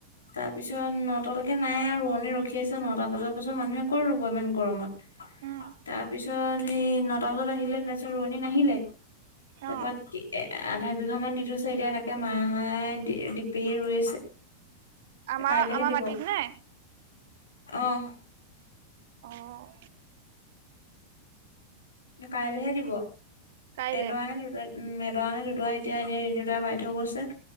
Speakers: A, on the left; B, on the right.
A: তাৰপিছত নটালৈকে নাই আৰু, ৰোৱনী ৰখি আছে নটা বজাৰ পাছত মানুহে ক'ত ৰুব ইমান গৰমত।
B: উম
A: তাৰপিছত হেই নটা বজাত আহিলে তাৰপিছত ৰোৱনী নাহিলে। তাপা
B: অ
A: <unintelligible> আধা বিঘামান দি থৈছে এতিয়া তা কে মাই ডি-ডিপিয়ে ৰুই আছে।
B: আমাৰ
A: কাইলেহে
B: আমাৰ
A: দিব,
B: মাটিত নে?
A: অ'।
B: অ <inaudible>
A: কাইলেহে দিব,
B: কাইলে
A: এদৰা নে দুদৰা উম, এদৰানে দুদৰা এতিয়া এনেই ৰিন্তু দায়ে বাই থৈ গৈছে,